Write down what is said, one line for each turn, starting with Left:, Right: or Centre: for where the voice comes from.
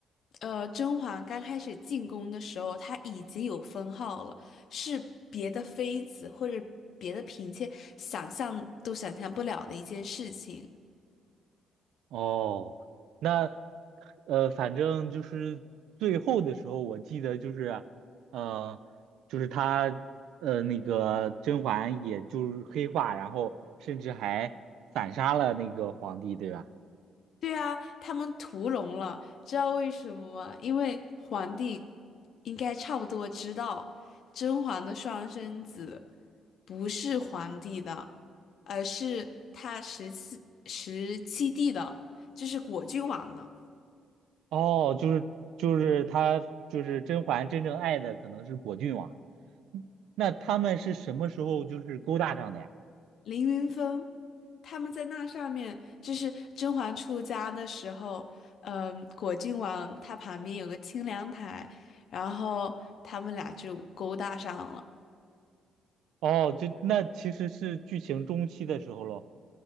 Left: 呃，甄嬛刚开始进宫的时候，她已经有封号了，是别的妃子或者别的嫔妾想象都想象不了的一件事情。
Right: 哦，那呃，反正就是最后的时候，我记得就是，呃，就是他呃那个甄嬛，也就是黑化，然后甚至还反杀了那个皇帝，对吧？
Left: 对啊，他们屠龙了，知道为什么吗？因为皇帝应该差不多知道甄嬛的双生子。不是皇帝的，而是他十七十七弟的，就是果郡王的
Right: 哦，就是就是他就是甄嬛真正爱的可能是果郡王，嗯那他们是什么时候就是勾搭上的呀？
Left: 凌云峰。他们在那上面，就是甄嬛出家的时候，嗯，果郡王他旁边有个清凉台，然后他们俩就勾搭上了。
Right: 哦，就那其实是剧情中期的时候喽，